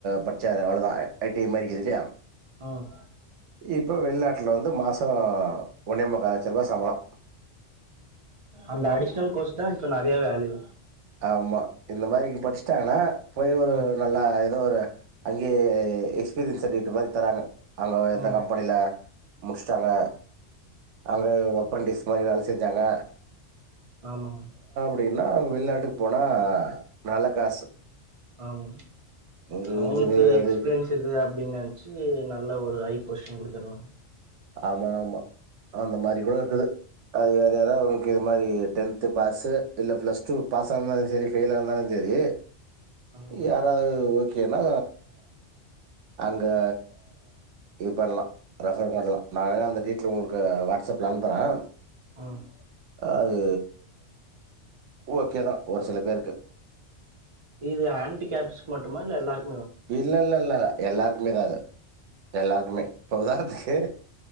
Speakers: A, on the right; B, on the right.
A: படிச்சாரு அவ்வளவுதான் ஐடி மாதிரி இருக்குது இல்லையா
B: ம்
A: இப்போ வெளிநாட்டில வந் ந்து மாசம் ஒன்னே முக்கா லட்சம் ரூபாய் சம்பளம்
B: அந்த அடிஷ்னல் கோர்ஸ் தான் இப்ப நிறையா வேல்யூ
A: ஆமா இந்த மாதிரி படிச்சிட்டாங்கன்னா போய் ஒரு
B: ம்
A: நல்லா இ எதோ ஒரு அங்கேயே எக்ஸ்பீரியன்ஸ் சர்டிபிகேட் மாதிரி தராங்க அவுங்க அந்த
B: ம்
A: கம்பெனில முடிச்சிட்டாங்க அங்கயே ஒப்ரன்டிஸ் மாதிரி வேலை செஞ்சாங்க
B: ஆமா
A: அப்படின்னா அவுங்க வெளிநாட்டுக்கு போனா நல்ல காசு
B: ஆமா
A: இங்க
B: அவுங்களுக்கு
A: இன்ஜினியர் அது.
B: எக்ஸ்பீரியன்ஸ் இருக்குது அப்படின்னு நினைச்சு நல்ல ஒரு ஐ பொசிஷன் கூட தருவாங்க
A: ஆமா ஆமா அந்த மாதிரி கூட இருக்குது அது வேற யாராவது அவனுக்கு இது மாதிரி டென்த்து பாஸு இல்ல பிளஸ் டூ பாஸ்ஸா இந்தாலும் சரி ஃபெயில்லா இருந்தாலும் செரி
B: ம்
A: யாராவது ஓ கேனா அங்கே இது பண்ணலாம் ரெஃபர் பண்ணலாம் நான் வேணா அந்த டீட்டெய்லு உங்களுக்கு வாட்ஸ்அப்ல அனுப்புறேன்
B: ம்
A: அது ஓகேதான் ஒரு சில பேருக்கு
B: இது ஆன்டி கேப்ஸ்சுக்கு மட்டுமா இல்லை எல்லாருக்
A: இல்லை இல்லை இல்லை எல்லாருக்குமே தான் அது எல்லாருக்குமே இப்போ உதாரணத்துக்கு